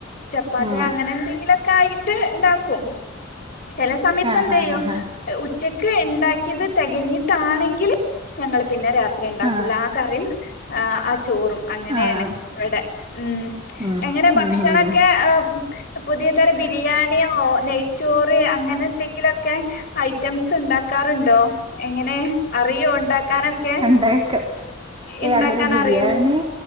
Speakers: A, on the left; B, on the right.
A: ചപ്പാത്തിയാ
B: ഉം
A: അങ്ങനെന്തെങ്കിലൊക്കെ ആയിട്ട് ഇണ്ടാക്കും ചെല സമത്തെന്തേയ്യും
B: ആഹ് ആഹ് ആഹ്
A: ഉ ച്ചക്ക് ഇണ്ടാക്കിത് തെകഞ്ഞിട്ടാണെങ്കില് ഞങ്ങള് പിന്നെ രാത്രി ഇണ്ടാക്കുലാ
B: ആഹ്
A: കറിം ആഹ് ആ ചോറും അങ്ങനെണ്
B: ആഹ്
A: ഇവടെ ഉം
B: ഉം
A: എങ്ങനെ ഭക്ഷണൊക്കെ
B: ഉം ഉം
A: പുതിയ തര ബിരിയാണിയോ നെയ്ച്ചോറ് അങ്ങനെന്തെങ്കിലൊക്കെ ഐറ്റംസ് ഇണ്ടാക്കാറ്ണ്ടോ എങ്ങനെ അറിയോ ഉണ്ടാക്കാനൊക്കെ
B: ബേക്കർ ഏഹ്
A: ഉണ്ടാക്കാൻ
B: അങ്ങനെ ബിരിയാണി
A: അറിയോ